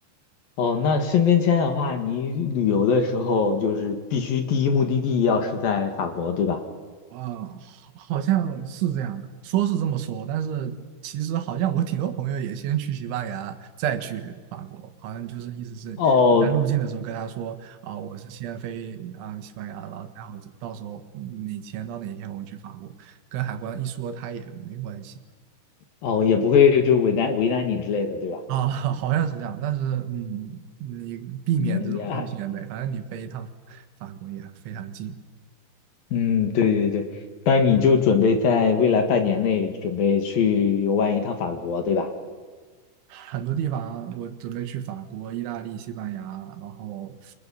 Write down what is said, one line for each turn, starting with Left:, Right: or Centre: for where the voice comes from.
Left: 哦，那申根签的话，你旅游的时候就是必须第一目的地要是在法国，对吧？
Right: 啊，好像是这样的，说是这么说，但是其实好像我挺多朋友也先去西班牙，再去法国，好像就是意思是你在入境的时候跟他说啊，
Left: 哦，
Right: 我是先飞啊西班牙，然后然后到时候你签到哪一天我去法国，跟海关一说他也没关系
Left: 哦，也不会就为难为难你之类的，对吧？
Right: 啊，<laughs> 好像是这样，但是嗯，你避免这种风险呗，
Left: 嗯呀
Right: 反正你飞一趟法国也非常近，
Left: 嗯，对对对，但你就准备在未来半年内准备去游玩一趟法国，对吧？
Right: 很多地方我准备去法国、意大利、西班牙，然后